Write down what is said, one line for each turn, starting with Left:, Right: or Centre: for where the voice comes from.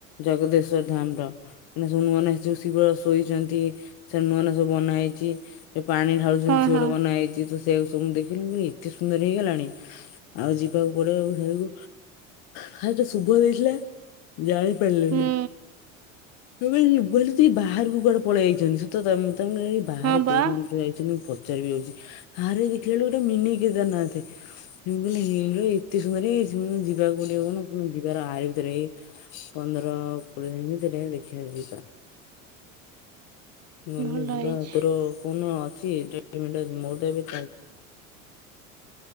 Left: ଜଗଦେଶ ଧାମର ଯୋଉ ନୂଆ ନୂଆ ସବୁ ସେ ଯୋଉ ଶିବ ଶୋଇଚନ୍ତି, ସେ ନୂଆ ନୂଆ ସବୁ ବନା ହେଇଚି ଯୋଉ ପାଣି ଢାଳୁଛନ୍ତି
Right: ହଁ
Left: ସିଏ
Right: ହଁ
Left: ଗୋଟେ ବନା ହେଇଛି, ତ ସେୟାକୁ ସବୁ ମୁଁ ଦେଖିଲି, ମୁଁ କହିଲି ଏତେ ସୁନ୍ଦର ହେଇଗଲାଣି। ଆଉ ଯିବାକୁ ପଡିବ ଘରକୁ, କାଲି ତ ଶୁଭ ଦେଇଥିଲା। ଜାଣିପାରିଲେନି
Right: ହୁଁ
Left: ମୁଁ ଭାବିଲି ମୁଁ ଭାବିଲି ଟିକେ ବାହାରକୁ କୁଆଡେ ପଳେଇ ଆଇଚନ୍ତି ତ ତମେ ତାଙ୍କ ବାହାରେ
Right: ହଁ
Left: କୋଉ
Right: ବା
Left: ମନ୍ଦିର ଯାଇଚନ୍ତି, ମୁଁ ପଚା ପଚାରିବି ଯାଉଛି। ଆରେ ଦେଖିଲା ବେଳକୁ ଗୋଟେ ମିନି କେଦାରନାଥ। ମୁଁ କହିନି ହେଇରା ଏତେ ସୁନ୍ଦର ହେଇଯାଇଛି, ମୁଁ ଯିବାକୁ ପଡିବ କାରଣ ଯିବାର ଆରି ଭିତରେ ଏଇ ପନ୍ଦର କୋଡିଏ ଭିତରେ ଦେଖିବାକୁ ଯିବା। ଗଲେ
Right: ଭଲ
Left: ଯିବା
Right: ହେଇଛି।
Left: ଆଉ। ତୋର କୋଉନ ଅଛି। <unintelligible> ମୋର ତ ଏବେ